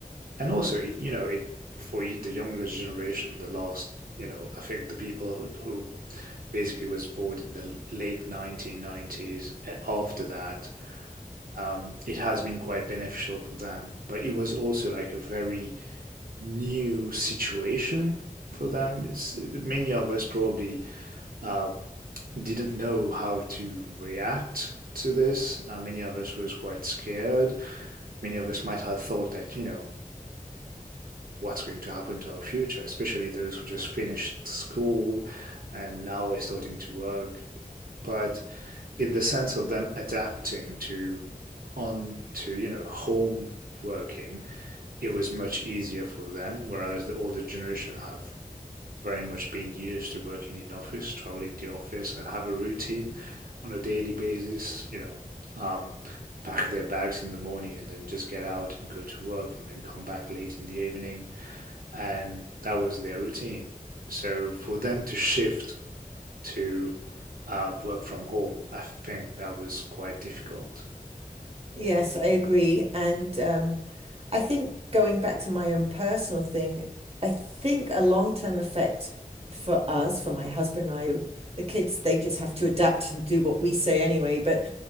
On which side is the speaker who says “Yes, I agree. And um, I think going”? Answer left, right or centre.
Right